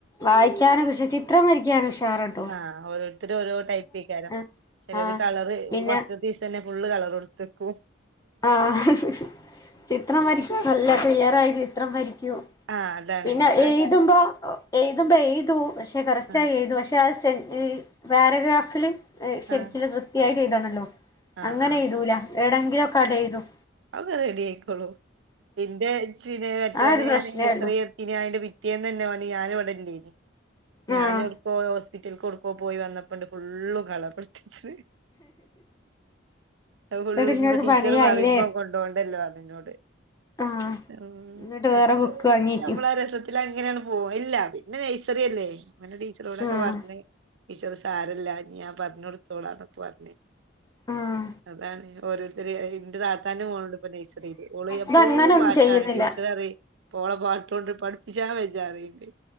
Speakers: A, on the left; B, on the right.
A: വായിക്കാന് പക്ഷെ ചിത്രം വരക്കാന് ഉഷാറാണ്.
B: ആഹ് ഓരോര്ത്തര് ഓരോ ടൈപ്പയ്ക്കാരം
A: ആഹ്
B: ചെലോര്
A: ആഹ്
B: കളർ
A: പിന്നെ
B: ഫസ്റ്റത്തീസം തന്നെ ഫുള്ള് കളർ കൊടുത്തക്കും.
A: ആഹ് ചിത്രം വരയ്ക്കും നല്ല ക്ലിയറായി ചിത്രം വരയ്ക്കും.
B: ആഹ് അതാണ്
A: പിന്നെ
B: അയിന്
A: എയ്ത്ബോ എയ്തുമ്പോ എയ്തൂ പക്ഷെ കറക്‌റ്റായി
B: ആഹ്
A: എഴുതു പക്ഷെ ആ സെ പാരഗ്രാഫില് ഏഹ് ശരിക്കിനും
B: ആഹ്
A: വൃത്തിയായിട്ട് എയ്തണല്ലോ
B: ആഹ്
A: അങ്ങനെ
B: ആഹ്
A: എയ്തൂല ഏടെങ്കിലുംക്കെണ്ട് എയ്തും.
B: അത് റെഡി ആയിക്കോളും ഇന്റെ ഇച്ച് ലേ മറ്റോനെ
A: ആ ഒരു പ്രശ്നേ
B: ഞാന് നയ്സറി
A: ഉള്ളു
B: ഇനി അതിന്റെ പിറ്റേന്ന് തന്നെ ഓന് ഞാൻ ഇവിടല്ലേനി ഞാന്
A: ആഹ്
B: ഹോ ഹോസ്പിറ്റൽക്കൊട്ക്കോ പോയി വന്നപ്പണ്ട് ഫുള്ളും കളറൊടുത്തിച്ച്ണ്. അത് ഫുള്ള്
A: എന്നിട്ട്
B: ഇഞ്പ്പം
A: ഇങ്ങക്ക്
B: ടീച്ചറ്
A: പണിയായില്ലേ
B: പറയുബം കൊണ്ടോണ്ടല്ലോ ർഞ്ഞുന്നോട്
A: ആഹ്
B: ഉം
A: എന്നിട്ട് വേറെ
B: എക്കരു
A: ബുക്ക് വാങ്ങിക്കും
B: നമ്മളാരെസത് ഇൽ അങ്ങനെയാണ്ട് പോവും ഇല്ല പിന്നെ നഴ്സറിയല്ലേ അപ്പോ പിന്നെ ടീച്ചറോടൊക്കെ
A: ആഹ്
B: പറഞ് ടീച്ചർ സാരല്ല ഇഞ് ഞാൻ പറഞടുത്തോളാംന്നൊക്കെ പറഞ്
A: ആഹ്
B: അതാണ് ഓരോരുത്തര് ഇന്റെ താത്താന്റെ മോള്ണ്ട് ഇപ്പോ നഴ്സറിയില് ഓള് എപ്പളൂ
A: ഇതങ്ങനൊന്നും
B: പാട്ടാണ്
A: ചെയ്യുന്നില്ല
B: ടീച്ചർറി ഇപ്പോ ഓളെ പാട്ടോണ്ട് പഠിപ്പിച്ചാ വെജ്ജാറിണ്ട്.